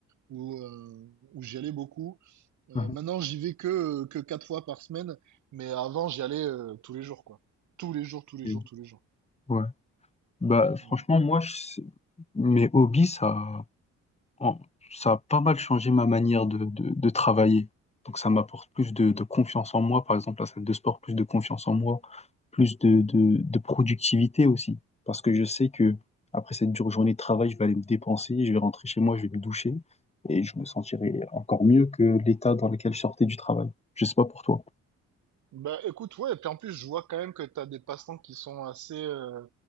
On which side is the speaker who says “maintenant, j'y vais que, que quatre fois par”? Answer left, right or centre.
Right